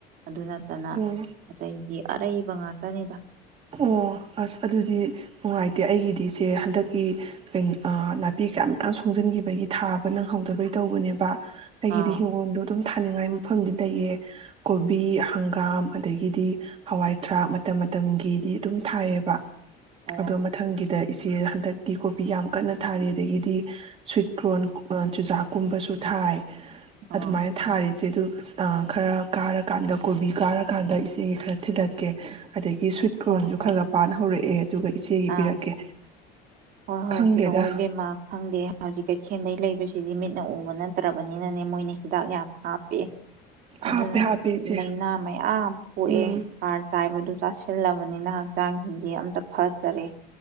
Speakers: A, on the right (about 55°); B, on the right (about 30°).
A: ꯑꯗꯨ ꯅꯠꯇꯅ
B: ꯎꯝ
A: ꯑꯇꯩꯗꯤ ꯑꯔꯩꯕ ꯉꯥꯛꯇꯅꯤꯗ
B: ꯑꯣ ꯑꯁ ꯑꯗꯨꯗꯤ ꯅꯨꯡꯉꯥꯏꯇꯦ ꯑꯩꯒꯤꯗꯤꯁꯦ ꯍꯟꯗꯛꯀꯤꯑ ꯅꯥꯄꯤ ꯀꯌꯥ ꯃꯌꯥꯝ ꯁꯣꯡꯖꯟꯈꯤꯕꯒꯤ ꯊꯥꯕ ꯅꯪꯍꯧꯗꯕꯩ ꯇꯧꯕꯅꯦꯕ ꯑꯩꯒꯤꯗꯤ
A: ꯑꯥ
B: ꯍꯤꯡꯒꯣꯟꯗꯣ ꯑꯗꯨꯝ ꯊꯥꯅꯤꯡꯉꯥꯏ ꯃꯐꯝꯗꯤ ꯂꯩꯌꯦ ꯀꯣꯕꯤ
A: ꯎꯝ
B: ꯍꯪꯒꯥ ꯍꯪꯒꯥꯝ ꯑꯗꯒꯤꯗꯤ ꯍꯋꯥꯏꯊꯔꯥꯛ ꯃꯇꯝ ꯃꯇꯝꯒꯤ ꯀꯗꯤ ꯑꯗꯨꯝ ꯊꯥꯏꯌꯦꯕ
A: ꯑꯣ
B: ꯑꯗꯣ ꯃꯊꯪꯒꯤꯗ ꯏꯆꯦ ꯍꯟꯗꯛꯀꯤ ꯀꯣꯕꯤ ꯌꯥꯝ ꯀꯟꯅ ꯊꯥꯔꯤ ꯑꯗꯒꯤꯗꯤ ꯁꯨꯏꯀꯣꯟ ꯀꯨꯕ ꯆꯨꯖꯥꯛ ꯨꯀꯨꯝꯕꯁꯨ ꯊꯥꯏ
A: ꯑꯥ
B: ꯑꯗꯨꯃꯥꯏꯅ ꯊꯥꯔꯤꯁꯦ ꯑꯗꯨ ꯑ ꯈꯔ ꯀꯥꯔꯀꯥꯟꯗ ꯀꯣꯕꯤ ꯀꯥꯔꯀꯥꯟꯗ ꯏꯆꯦꯒꯤ ꯈꯔ ꯊꯤꯜꯂꯛꯀꯦ ꯑꯗꯒꯤ ꯀ꯭ꯔꯣꯟꯁꯨ
A: ꯍꯣꯏ
B: ꯈꯔ ꯈꯔ
A: ꯍꯣꯏ
B: ꯄꯥꯟ ꯍꯧꯔꯛꯑꯦ ꯑꯗꯨꯒ ꯏꯆꯦꯒꯤ
A: ꯑꯥ
B: ꯄꯤꯔꯛꯀꯦ
A: ꯍꯣꯏ ꯍꯣꯏ
B: ꯈꯪꯗꯦꯗ
A: ꯄꯤꯔꯛꯑꯣꯏ ꯕꯦꯝꯃꯥ ꯈꯪꯗꯦ ꯍꯧꯖꯤꯛ ꯀꯩꯊꯦꯜꯗꯩ ꯂꯩꯕꯁꯤ ꯁꯤꯗꯤ ꯃꯤꯠꯅ ꯎꯕ ꯅꯠꯇ꯭ꯔ ꯕꯅꯤꯅꯅꯦ ꯃꯣꯏꯅ ꯍꯤꯗꯥꯛ ꯌꯥꯝ ꯍꯥꯞꯄꯦ ꯑꯗꯨꯅ
B: ꯍꯥꯞꯄꯦ ꯍꯥꯞꯄꯦ ꯏꯆꯦ
A: ꯅꯩꯅꯥ ꯃꯌꯥꯝ ꯄꯣꯛꯑꯦ
B: ꯎꯝ
A: ꯍꯥꯔ ꯆꯥꯏꯕꯗꯨ ꯆꯥꯁꯤꯜꯂꯕꯅꯤꯅ ꯍꯛꯆꯥꯡꯁꯤꯡꯁꯦ ꯑꯝꯇ ꯐꯠ ꯇꯔꯦ